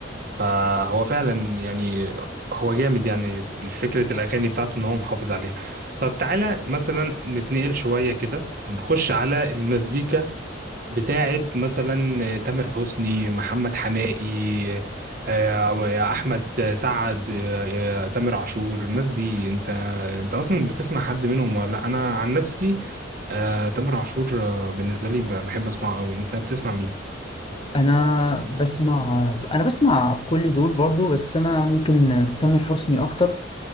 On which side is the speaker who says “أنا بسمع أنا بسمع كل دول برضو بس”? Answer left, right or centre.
Left